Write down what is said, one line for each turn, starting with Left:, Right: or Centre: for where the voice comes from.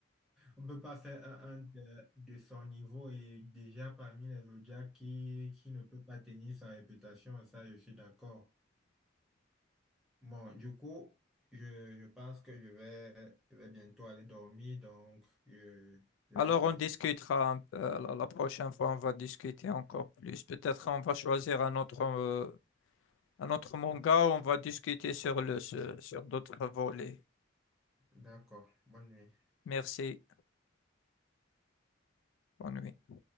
Centre: on ne peut pas faire un, un de, de son niveau et déjà parmi les Zodiacs qui, qui ne peut pas tenir sa réputation, ça, je suis d'accord. Bon, du coup, je, je pense que je vais, je vais bientôt aller dormir, donc je, je
Left: Alors,
Centre: vais te
Left: on
Centre: laisser.
Left: discutera un peu, euh, la, la prochaine fois, on va discuter encore plus. Peut-être on va choisir un autre, euh, un autre manga, on va discuter sur le, sur sur d'autres volets.
Centre: D'accord. Bonne nuit.
Left: Merci, bonne nuit.